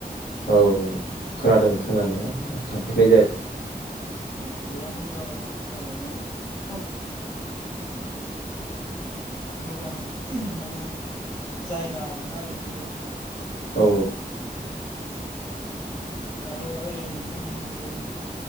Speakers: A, on the left; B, on the left.
A: औ। खोनादों खोनानाया थांफेरनाय जायाखै।
B: ओ बैराखन्द फ्राव मोनो खोब मोजां माने जायगा आरोना बेफोरो
A: औ।
B: आरो ओरै नोंथांमोननिखै